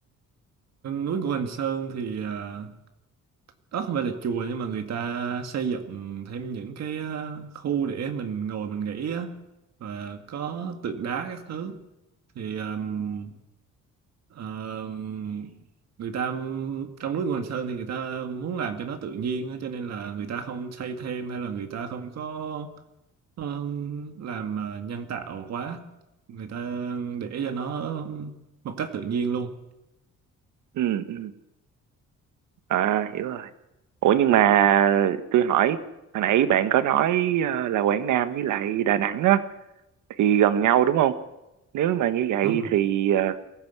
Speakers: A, on the right; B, on the right.
A: Núi của Quỳnh Sơn thì à, đó không phải là chùa nhưng mà người ta xây dựng thêm những cái à, khu để mình ngồi mình nghỉ á và có tượng đá các thứ thì ừm, ờm, người ta trong núi Quỳnh Sơn thì người ta muốn làm cho nó tự nhiên á cho nên là người ta không xây thêm hay là người ta không có ừm, làm à, nhân tạo quá người ta để cho nó một cách tự nhiên luôn
B: ừ ừ à hiểu rồi ủa nhưng mà tôi hỏi hồi nãy bạn có nói ờ, là Quảng Nam với lại Đà Nẵng á thì gần nhau đúng không nếu mà như vậy
A: đúng rồi
B: thì ờ,